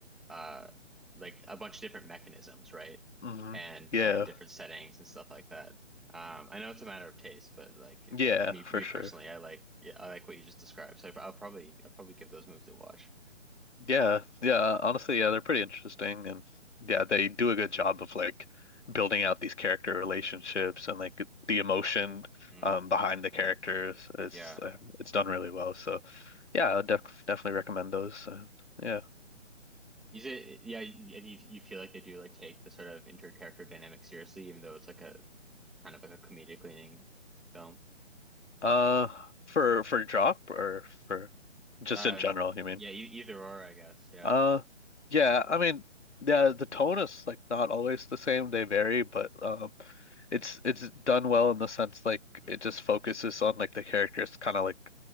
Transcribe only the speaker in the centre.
uh like a bunch of different mechanisms, right?
And
and different settings and stuff like that. Um, I know it's a matter of taste, but like
for me
me
personally, I like yeah, I like what you just described. So I, I'll probably I'll probably give those movies a watch.
Mm,
mm,
yeah.
Is it yeah, and you you feel like they do like take the sort of inter-character dynamic seriously, even though it's like a kind of like a comedic leaning film.
Um,
yeah, e either or, I guess. Yeah.
hmm